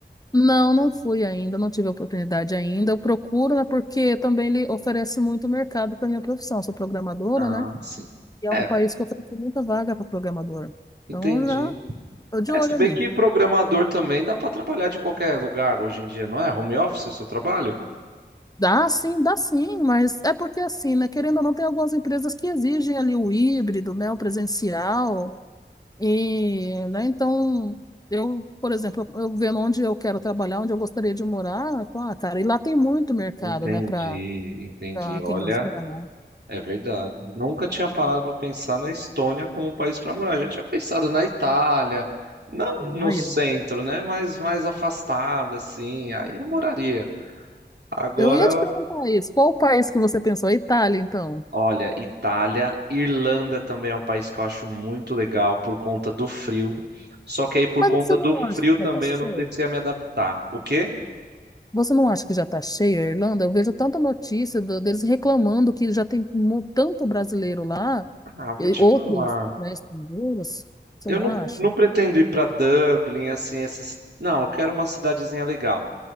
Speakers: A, on the left; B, on the right.
A: Não, não fui ainda, não tive a oportunidade ainda. Eu procuro, né? Porque também ele oferece muito mercado para minha profissão. Eu sou programadora,
B: Ah,
A: né?
B: sim.
A: E é
B: É,
A: um país que oferece muita vaga para programador. Então,
B: entendi.
A: eu já tô de olho
B: É, se bem
A: ali.
B: que programador também dá para trabalhar de qualquer lugar hoje em dia, não é? Home office o seu trabalho?
A: Dá sim, dá sim, mas é porque assim, né? Querendo ou não, tem algumas empresas que exigem ali o híbrido, né? O presencial. E, né? Então, eu, por exemplo, eu vendo onde eu quero trabalhar, onde eu gostaria de morar, eu falo, ah, cara, e lá tem muito mercado,
B: Entendi,
A: né? Para
B: entendi. Olha,
A: quem gosta de programar.
B: é verdade. Nunca tinha parado para pensar na Estônia como um país para morar. Já tinha pensado na Itália, não no
A: Aí,
B: centro, né? Mas mais afastada, assim. Aí eu moraria. Agora,
A: eu ia te perguntar isso. Qual o país que você pensou? A Itália, então.
B: olha, Itália, Irlanda também é um país que eu acho muito legal por conta do frio. Só que aí por
A: Mas
B: conta
A: você
B: do
A: não
B: frio
A: acha que
B: também
A: vai estar cheio?
B: eu não sei se ia me adaptar. O quê?
A: Você não acha que já está cheio a Irlanda? Eu vejo tanta notícia do- deles reclamando que já tem mu- tanto brasileiro lá,
B: Ah, vou
A: e
B: te
A: outros,
B: falar.
A: né, estrangeiros. Você
B: Eu
A: não
B: não,
A: acha?
B: não pretendo ir pra Dublin, assim, essas. Não, eu quero uma cidadezinha legal.